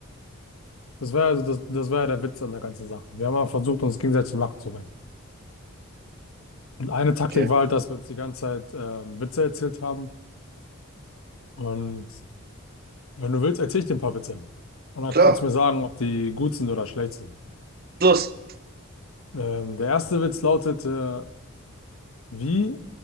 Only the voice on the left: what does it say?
Das war also das, das war ja der Witz an der ganzen Sache. Wir haben mal versucht, uns gegenseitig zum Lachen zu bringen. Und eine Taktik
war halt, dass wir uns die ganze Zeit ähm, Witze erzählt haben. Und wenn du willst, erzähle ich dir ein paar Witze. Und dann
kannst du mir sagen, ob die gut sind oder schlecht sind.
Ähm, der erste Witz lautete, wie